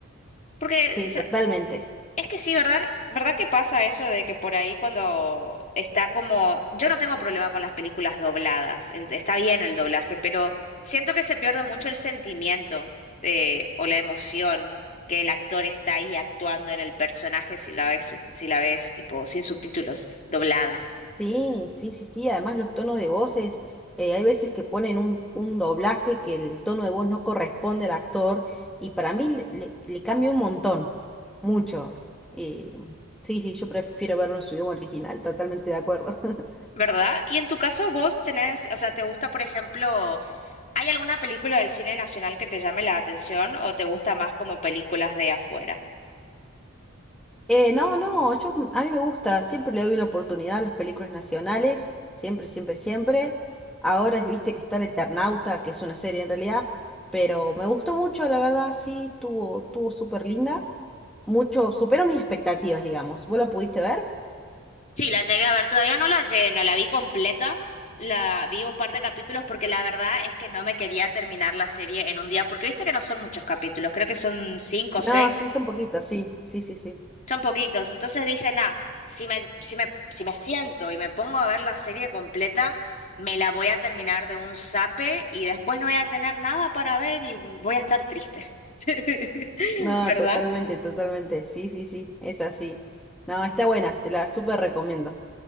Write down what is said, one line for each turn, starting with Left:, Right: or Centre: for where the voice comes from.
Left: Porque
Centre: Sí, totalmente.
Left: es que sí, ¿verdad? ¿Verdad que pasa eso de que por ahí cuando está como... Yo no tengo problema con las películas dobladas, el- está bien el doblaje, pero siento que se pierde mucho el sentimiento eh, o la emoción que el actor está ahí actuando en el personaje si la ves, sub- si la ves tipo sin subtítulos, doblada,
Centre: Sí, sí, sí, sí. Además los tonos de voces, eh, hay veces que ponen un, un doblaje que el tono de voz no corresponde al actor y para mí le, le- le cambia un montón, mucho. Eh, sí, sí, yo prefiero verlo en su idioma original, totalmente de acuerdo. <laughs>
Left: ¿verdad? Y en tu caso vos tenés, o sea, ¿te gusta, por ejemplo... ¿Hay alguna película del cine nacional que te llame la atención o te gusta más como películas de afuera?
Centre: Eh, no, no, yo, a mí me gusta, siempre le doy una oportunidad a las películas nacionales, siempre, siempre, siempre. Ahora viste que está El Eternauta, que es una serie en realidad, pero me gustó mucho, la verdad, sí, tuvo, tuvo súper linda. Mucho, superó mis expectativas, digamos. ¿Vos la pudiste ver?
Left: Sí, la llegué a ver, todavía no la llegué, no la vi completa, la vi un par de capítulos porque la verdad es que no me quería terminar la serie en un día, porque viste que no son muchos capítulos, creo que son cinco
Centre: No,
Left: o seis,
Centre: sí, son poquitos, sí, sí, sí, sí.
Left: Son poquitos. Entonces dije, nah, si me, si me, si me siento y me pongo a ver la serie completa, me la voy a terminar de un zape y después no voy a tener nada para ver y voy a estar triste. <laughs>
Centre: No,
Left: ¿Verdad?
Centre: totalmente, totalmente, sí, sí, sí, es así. No, está buena, te la súper recomiendo.